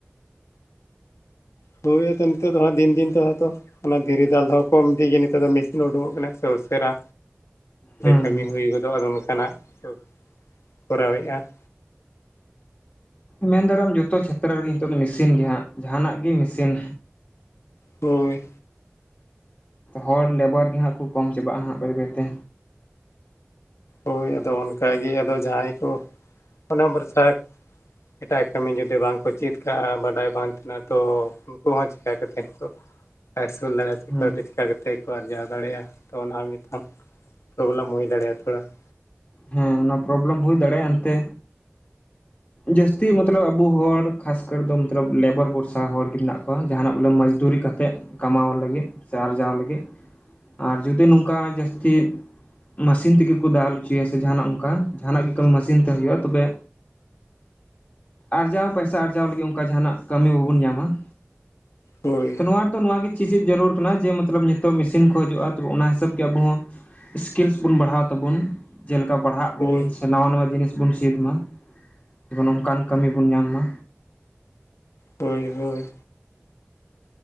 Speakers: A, on the left; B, on the left.
A: ᱦᱳᱭ ᱟᱫᱚ ᱱᱤᱛᱚᱜ ᱫᱚ ᱦᱟᱸᱜ ᱫᱤᱱ ᱫᱤᱱ ᱛᱮᱦᱚ ᱛᱚ, ᱚᱱᱟ ᱫᱷᱤᱨᱤ ᱫᱟᱞ ᱫᱚ ᱦᱟᱸᱜ ᱠᱚᱢ ᱤᱫᱤ ᱜᱮ, ᱱᱤᱛᱚᱜ ᱫᱚ ᱢᱮᱥᱤᱱ ᱩᱰᱩᱠᱚᱜ ᱠᱟᱱᱟ ᱥᱮ ᱩᱥᱟᱹᱨᱟ,
B: ᱦᱮᱸ
A: ᱠᱟᱹᱢᱤ ᱦᱩᱭ ᱜᱚᱫᱚᱜᱼᱟ ᱟᱫᱚ ᱚᱱᱠᱟᱱᱟᱜ ᱠᱚ ᱠᱚᱨᱟᱣᱭᱮᱜᱼᱟ ᱾
B: ᱢᱮᱱ ᱫᱟᱲᱮᱼᱟᱢ ᱾ ᱡᱚᱛᱚ ᱪᱷᱮᱛᱨᱚ ᱨᱮᱜᱮ ᱱᱤᱛᱚᱜ ᱫᱚ ᱢᱮᱥᱤᱱ ᱜᱮ, ᱦᱟᱸᱜ ᱡᱟᱦᱟᱱᱟᱜ ᱜᱮ ᱢᱮᱥᱤᱱ,
A: ᱦᱳᱭ
B: ᱦᱚᱲ ᱞᱮᱵᱟᱨ ᱜᱮ ᱦᱟᱸᱜ ᱠᱩ ᱠᱚᱢ ᱪᱟᱵᱟᱜᱼᱟ ᱦᱟᱸᱜ, ᱵᱟᱹᱭ ᱵᱟᱹᱭᱛᱮ
A: ᱦᱳᱭ ᱟᱫᱚ ᱚᱱᱠᱟᱜᱮ ᱟᱫᱚ ᱡᱟᱦᱟᱸᱭ ᱠᱚ ᱚᱱᱟ ᱵᱚᱨᱥᱟ ᱮᱴᱟᱜ ᱠᱟᱹᱢᱤ ᱡᱩᱫᱤ ᱵᱟᱝᱠᱚ ᱪᱮᱫ ᱠᱟᱜᱼᱟ ᱾ ᱵᱟᱰᱟᱭ ᱵᱟᱝ ᱛᱟᱦᱮᱱᱟ ᱛᱚ ᱩᱱᱠᱩ ᱦᱚᱸ ᱪᱤᱠᱟ ᱠᱟᱛᱮ ᱠᱚ ᱟᱥᱩᱞ ᱫᱟᱲᱮᱜ-ᱟ
B: ᱦᱮᱸ
A: ᱾ ᱠᱟᱹᱣᱰᱤ ᱪᱤᱠᱟ ᱠᱟᱛᱮ ᱠᱚ ᱟᱨᱡᱟᱣ ᱫᱟᱲᱮᱭᱟᱜᱼᱟ ᱾ ᱛᱚ ᱚᱱᱟ ᱦᱚᱸ ᱢᱤᱫᱴᱟᱝ ᱯᱨᱚᱵᱞᱮᱢ ᱦᱩᱭ ᱫᱟᱲᱮᱭᱟᱜᱼᱟ ᱛᱷᱚᱲᱟ ᱾
B: ᱦᱮᱸ ᱚᱱᱟ ᱯᱨᱚᱨᱚᱵᱽᱞᱮᱢ ᱦᱩᱭ ᱫᱟᱲᱮᱭᱟᱜᱼᱟ ᱮᱱᱛᱮ, ᱡᱟᱹᱥᱛᱤ ᱢᱚᱛᱞᱚᱵ ᱟᱵᱚ ᱦᱚᱲ ᱠᱷᱟᱥ ᱠᱟᱨ ᱫᱚ ᱢᱚᱛᱞᱚᱵ ᱞᱮᱵᱟᱨ ᱵᱷᱚᱨᱥᱟ ᱦᱚᱲ ᱜᱮ ᱢᱮᱱᱟᱜ ᱠᱚᱣᱟ ᱾ ᱡᱟᱦᱟᱱᱟᱜ ᱵᱚᱞᱮ ᱢᱚᱡᱽᱫᱩᱨᱤ ᱠᱟᱛᱮᱜ ᱾ ᱠᱟᱢᱟᱣ ᱞᱟᱹᱜᱤᱫ ᱥᱮ ᱟᱨᱡᱟᱣ ᱞᱟᱹᱜᱤᱫ ᱾ ᱟᱨ ᱡᱩᱫᱤ ᱱᱚᱝᱠᱟ ᱡᱟᱹᱥᱛᱤ ᱢᱮᱥᱤᱱ ᱛᱮᱜᱮ ᱠᱚ ᱫᱟᱞ ᱚᱪᱚᱭᱟ, ᱥᱮ ᱡᱟᱦᱟᱱᱟᱜ ᱚᱱᱠᱟ ᱡᱟᱦᱟᱱᱟᱜ ᱜᱮ ᱠᱟᱹᱢᱤ ᱢᱮᱥᱤᱱ ᱛᱮ ᱦᱩᱭᱩᱜᱼᱟ ᱛᱚᱵᱮ, ᱟᱨᱡᱟᱣ ᱯᱚᱭᱥᱟ ᱟᱨᱡᱟᱣ ᱞᱟᱹᱜᱤᱫ ᱚᱱᱠᱟ ᱡᱟᱦᱟᱱᱟᱜ ᱠᱟᱹᱢᱤ ᱵᱟᱵᱚᱱ ᱧᱟᱢᱟ ᱾
A: ᱦᱳᱭ
B: ᱛᱚ ᱱᱚᱣᱟ ᱨᱮᱫᱚ ᱱᱚᱣᱟ ᱜᱮ ᱪᱤᱡ ᱡᱟᱹᱨᱩᱲ ᱠᱟᱱᱟ ᱾ ᱡᱮ ᱢᱚᱛᱞᱚᱵ ᱱᱤᱛᱚᱜ ᱢᱮᱥᱤᱱ ᱠᱚ ᱦᱤᱡᱩᱜᱼᱟ ᱛ ᱚᱱᱟ ᱦᱤᱥᱟᱹᱵᱽ ᱜᱮ ᱟᱵᱚ ᱦᱚᱸ ᱥᱠᱤᱞᱥ ᱵᱩᱱ ᱵᱟᱲᱦᱟᱣ ᱛᱟᱵᱩᱱ, ᱡᱮᱞᱮᱠᱟ ᱯᱟᱲᱦᱟᱜ
A: ᱦᱳᱭ
B: ᱵᱩᱱ ᱥᱮ ᱱᱟᱶᱟ ᱱᱟᱣᱟ ᱡᱤᱱᱤᱥ ᱵᱚᱱ ᱪᱮᱫ ᱢᱟ ᱾ ᱡᱮᱢᱚᱱ ᱱᱚᱝᱠᱟᱱ ᱠᱟᱹᱢᱤ ᱵᱚᱱ ᱧᱟᱢ ᱢᱟ᱾
A: ᱦᱳᱭ ᱦᱳᱭ᱾